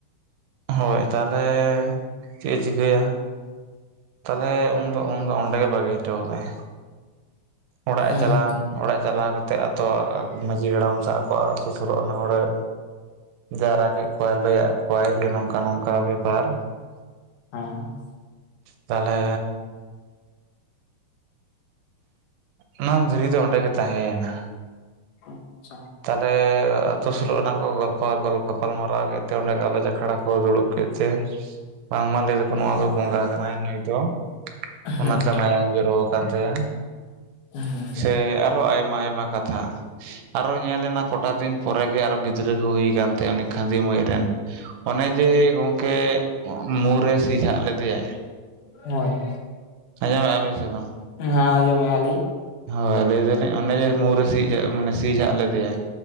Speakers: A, on the right; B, on the left.
A: ᱦᱳᱭ ᱛᱟᱦᱚᱞᱮ ᱪᱮᱫ ᱮ ᱪᱤᱠᱟᱹᱭᱟ᱾ ᱛᱟᱦᱚᱞᱮ ᱩᱱᱫᱚ ᱩᱱᱫᱚ ᱚᱸᱰᱮᱜᱮ ᱵᱟᱹᱜᱤ ᱦᱚᱴᱚᱣᱟᱫᱟᱭ᱾ ᱚᱲᱟᱜ
B: ᱦᱮᱸ
A: ᱮ ᱪᱟᱞᱟᱣ ᱮᱱᱟ ᱚᱲᱟᱜ ᱪᱟᱞᱟᱣ ᱠᱟᱛᱮᱜ ᱟᱛᱚ ᱢᱟᱺᱡᱷᱤ ᱦᱟᱲᱟᱢ ᱥᱟᱣ ᱟᱠᱚ ᱟᱹᱛᱩ ᱥᱳᱞᱳ ᱟᱱᱟ ᱦᱚᱲᱮ᱾ ᱡᱟᱣᱨᱟ ᱠᱮᱫ ᱠᱚᱣᱟᱭ ᱞᱟᱹᱭᱟᱫ ᱠᱚᱣᱟᱭ ᱡᱮ ᱱᱚᱝᱠᱟ ᱱᱚᱝᱠᱟ ᱵᱮᱯᱟᱨ᱾
B: ᱦᱮᱸ
A: ᱛᱟᱦᱚᱞᱮ ᱚᱱᱟ ᱫᱷᱤᱨᱤ ᱫᱚ ᱚᱸᱰᱮ ᱜᱮ ᱛᱟᱦᱮᱸᱭᱮᱱᱟ᱾
B: ᱟᱪᱪᱷᱟ
A: ᱛᱟᱦᱚᱞᱮ ᱟᱛᱳ ᱥᱳᱞᱳ ᱚᱱᱟ ᱠᱚ ᱜᱚᱞᱯᱚ ᱟ ᱜᱚᱞᱯᱚ᱾ ᱜᱟᱞᱢᱟᱨᱟᱣ ᱠᱮᱫ ᱛᱮ ᱚᱸᱰᱮ ᱜᱟᱞᱚᱪ ᱟᱠᱷᱲᱟ ᱠᱚ ᱫᱩᱲᱩᱵ ᱠᱮᱫ ᱛᱮ ᱵᱟᱝᱢᱟ ᱞᱟᱹᱭ ᱫᱟᱠᱚ᱾ ᱱᱚᱣᱟ ᱫᱚ ᱵᱚᱸᱜᱟ ᱠᱟᱱᱟᱭ ᱱᱩᱭ ᱫᱚ ᱚᱱᱟᱛᱮ
B: ᱦᱮᱸ
A: ᱢᱟᱭᱟᱝ ᱡᱚᱨᱚ ᱟᱠᱟᱱ ᱛᱟᱭᱟ
B: ᱦᱮᱸ
A: ᱥᱮ ᱟᱨᱦᱚᱸ ᱟᱭᱢᱟ ᱟᱭᱢᱟ ᱠᱟᱛᱷᱟ ᱟᱨᱚ ᱧᱮᱞ ᱮᱱᱟ ᱠᱚᱴᱟ ᱫᱤᱱ ᱯᱚᱨᱮ ᱜᱮ ᱟᱨᱚ ᱜᱤᱫᱽᱨᱟᱹ ᱠᱚ ᱦᱩᱭ ᱟᱠᱟᱱ ᱛᱟᱭᱟ ᱩᱱᱤ ᱠᱷᱟᱫᱤ ᱢᱟᱹᱭ ᱨᱮᱱ ᱚᱱᱮ ᱡᱮ ᱜᱚᱝᱠᱮ ᱢᱩᱨᱮ ᱥᱤᱡᱷᱟᱜ ᱞᱮᱫᱮᱭᱟᱭ
B: ᱦᱳᱭ
A: ᱟᱸᱡᱚᱢᱮ ᱟᱵᱤᱱ ᱥᱮ ᱵᱟᱝ
B: ᱦᱮᱸ ᱟᱸᱡᱚᱢᱮᱜ ᱟᱞᱤᱧ᱾
A: ᱦᱳᱭ ᱞᱟᱹᱭ ᱫᱟᱞᱤᱧ ᱚᱱᱮ ᱡᱮ ᱢᱩᱨᱮ ᱥᱤᱡᱷᱟᱜ ᱢᱟᱱᱮ ᱥᱤᱡᱷᱟᱜ ᱞᱮᱫᱮᱭᱟᱭ᱾